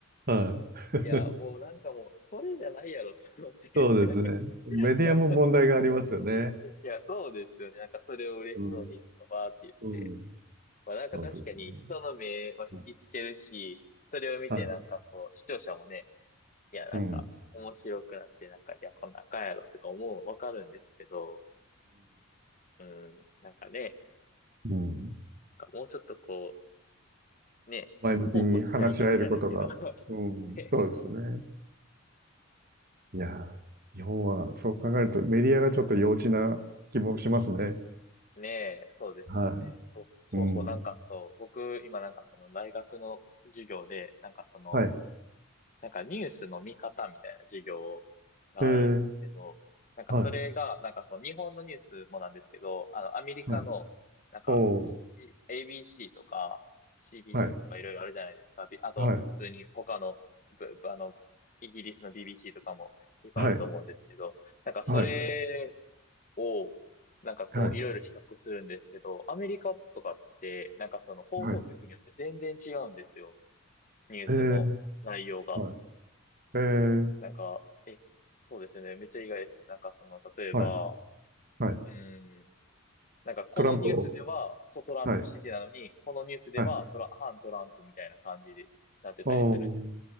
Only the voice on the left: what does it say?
いや、もうなんかもう、それじゃないやろ、と思って。
<laughs> いや、そうですよね。なんかそれを嬉しそうに、
なんかバーって言って。
まあなんか確かに人の目は引きつけるし、
それを見てなんかこう、
視聴者もね、いや、なんか、
面白くなって、なんか、いや、こんなんあかんやろとか思うわかるんですけど、うん、なんかね、
なんかもうちょっとこう、ね、
サポートしてあげるじゃないけど、<laughs>
ね、
ねえ、そうですよね。
あと、そうそう、
なんかそう、僕、今なんかその大学の授業で、なんかその、
なんかニュースの見方みたいな授業があるんですけど、
なんかそれが、
なんかこう日本のニュースもなんですけど、あのアメリカの、
なんか
C- ABC とか CBC
とかいろいろあるじゃないですか。びあと普通に他の、
ぶぶあの、イギリスの BBC とかもいっぱいあると思うんですけど、
なんかそれ
を、なんかこういろいろ比較するんですけど、
アメリカとかって、なんかその放送局によって全然違うんですよ。
ニュースの内容が。
なんか、え、そうですよね。めっちゃ意外ですね。なんかその、例えば、
う
ーん、なんかこのニュースでは、
そうトランプ支持なのに、
このニュースではトラ、
反トランプみたいな感じになってたりするんです。